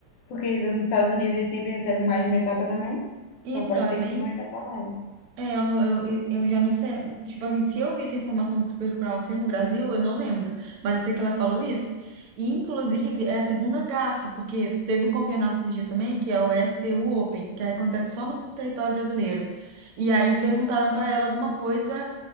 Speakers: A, on the left (about 70°); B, on the right (about 75°).
A: porque nos Estados Unidos eles sempre recebem mais de uma etapa também.
B: Então,
A: Então pode
B: eu
A: ser
B: nem.
A: que tenha uma etapa a mais.
B: É, eu, não- eu, eu já não sei. Tipo assim, se eu vi essa informação do Supercrawl ser no Brasil, eu não lembro. Mas eu sei que ela falou isso. E, inclusive, é a segunda gafe, porque teve um campeonato esses dias também, que é o STU Open, que acontece só no território brasileiro. E aí perguntaram para ela alguma coisa